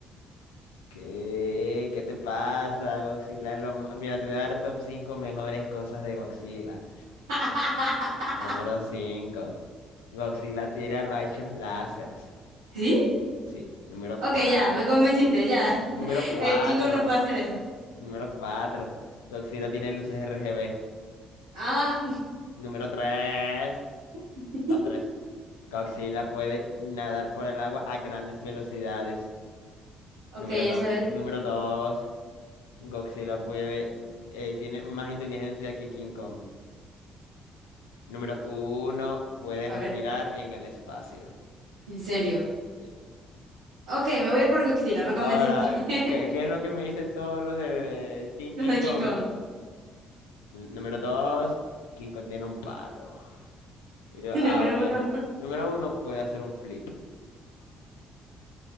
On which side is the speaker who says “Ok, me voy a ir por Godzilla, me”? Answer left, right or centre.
Right